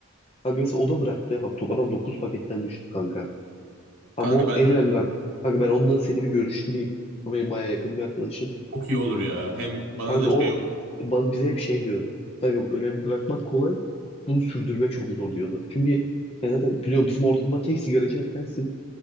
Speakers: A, on the left; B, on the right.
A: Kanka mesela o da bıraktı. Bak adam 9 paketten düştü kanka. Ama
B: Kanka
A: o
B: ben
A: en önemli bak. Kanka ben onunla seni bir görüştüreyim. O benim bayağı yakın bir arkadaşım.
B: çok iyi olur ya. Hem bana
A: Kanka
B: da şey
A: o
B: olur.
A: bana, bize hep şey diyordu. Kanka önemli bırakmak kolay. Bunu sürdürmek çok zor diyordu. Çünkü ya zaten biliyorum bizim ortamda tek sigara içen sensin.